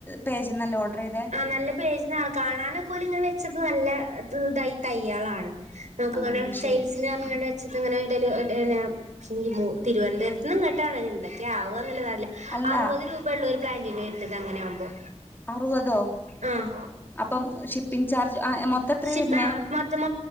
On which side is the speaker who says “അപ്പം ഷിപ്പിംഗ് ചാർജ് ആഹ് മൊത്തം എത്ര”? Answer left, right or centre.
Left